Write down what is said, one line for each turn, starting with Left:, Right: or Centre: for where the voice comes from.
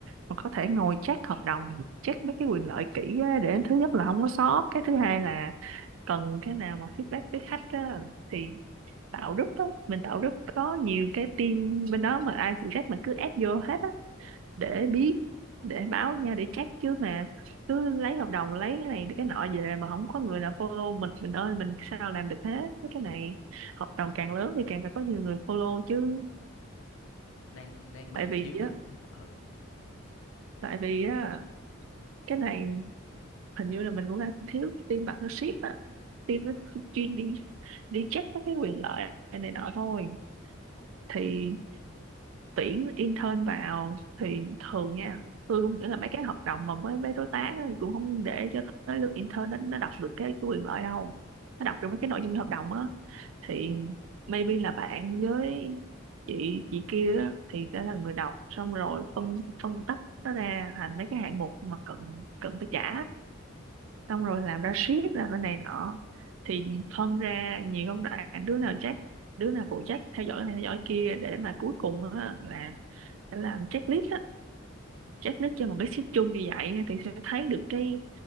Right: mà có thể ngồi check hợp đồng check mấy cái quyền lợi kỹ á, để thứ nhất là không có sót cái thứ hai là cần cái nào mà feedback với khách á, thì tạo group á. mình tạo group có nhiều cái team bên đó mà ai phụ trách mà cứ add vô hết á để biết để báo nha để check chứ mà cứ lấy hợp đồng lấy cái này cái nọ về mà không có người nào follow mình mình ơi mình sao làm được hết mấy cái này hợp đồng càng lớn thì càng phải có nhiều người follow chứ
Left: đang đang bị
Right: tại vì
Left: thiếu
Right: á
Left: cái đó ừ
Right: tại vì á cái này hình như là mình cũng đang thiếu team partnership á team nó chuyên đi đi check các cái quyền lợi này nọ thôi thì tuyển intern vào thì thường nha tôi cũng nghĩ là mấy cái hợp đồng mà với mấy đối tác á, cũng không để cho tới lượt intern nó, nó đọc được cái, cái quyền lợi đâu nó đọc được mấy cái nội dung hợp đồng á thì
Left: ừ
Right: maybe là bạn với chị chị kia á, thì sẽ là người đọc xong rồi phân phân tách nó ra thành mấy cái hạng mục mà cần cần phải trả xong rồi làm ra ship làm ra này nọ thì phân ra nhiều công đoạn đứa nào chắc đứa nào phụ trách theo dõi này theo dõi kia để mà cuối cùng á, là sẽ làm checklist á checklist cho một cái ship chung như vậy á, thì sẽ thấy được cái